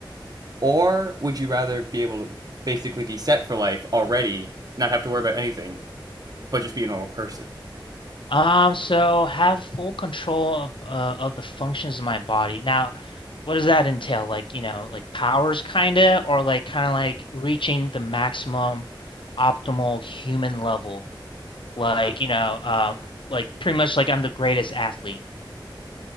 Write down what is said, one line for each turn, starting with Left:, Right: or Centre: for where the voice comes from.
Right: or would you rather be able to basically be set for life already, not have to worry about anything, but just be a normal person?
Left: Um, so have full control of uh, of the functions of my body. Now, what does that entail? Like, you know, like powers kinda, or like kinda like reaching the maximum optimal human level. Like, you know, um like pretty much like I'm the greatest athlete.